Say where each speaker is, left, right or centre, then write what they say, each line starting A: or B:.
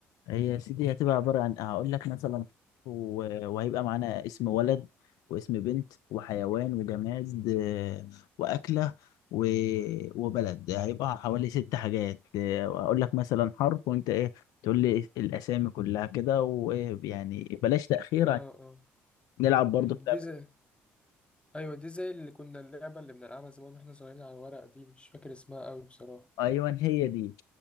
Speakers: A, on the left; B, on the left.
A: هي يا سيدي هتبقى عبارة عن هقول لك مثلا و... وهيبقى معانا اسم ولد واسم بنت وحيوان وجماد آه، وأكلة و... وبلد هيبقى حوالي ست حاجات آه، وهقول لك مثلا حرف وأنت إيه تقول لي الأسامي كلها كده ويعني بلاش تأخير
B: اه
A: عشان
B: اه
A: نلعب برضه
B: أمم،
A: في
B: دي
A: لعبة
B: زي ايوه دي زي اللي كنا اللعبة اللي بنلعبها زمان واحنا صغيرين على الورق دي مش فاكر اسمها قوي بصراحة
A: أيوه هي دي